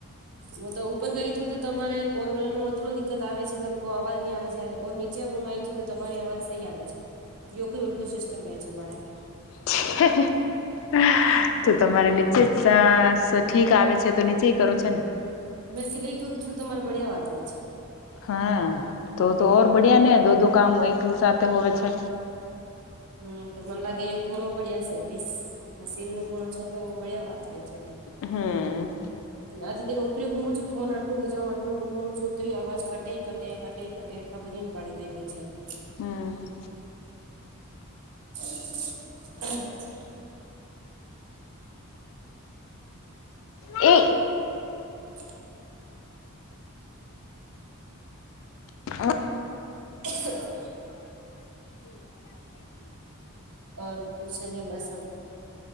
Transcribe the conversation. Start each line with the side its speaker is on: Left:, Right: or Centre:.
Right: હું તો ઉપર ગઈ તું તો તમારે કોલર નું અતું દિકકત આવે છે તમ કો અવાજ નહી આવે છે ઓર નીચે પણ આવી છું તમારી અવાજ સહી આવે છે જો કોઈ ઉલટું સિસ્ટમ બે છે મારે અત્યારે.
Left: હે, હે. <unintelligible> તો તમારે નીચે જ સા ઠીક આવે છે તો નીચે કરો છો ને.
Right: મેં સિલાઈ કરું છું તો મારે બળીયા અવાજ હોય છે.
Left: હા તો તો ઓર બડિયા ને દો દો કામ એકી સાથે હોવે છે.
Right: હમ્મ તો મને લાગે એ ખૂણો પડ્યા છે <unintelligible> મશીન નો ખૂણો છે. તો બળિયા આવા જ હોય છે તો
Left: હમ્મ
Right: આથી તેને ઉપરી ગુમું છું. ફોન આટલું લીજા આટલું ગુમવું છું તો એ અવાજ કટે કટે કટે કટે ખબરે ની પડે કઈ <unintelligible>
Left: હમ્મ.
Right: <unintelligible>
Left: એ
Right: <inaudible>
Left: <inaudible>
Right: <inaudible> ઔર કુછ નહી બસ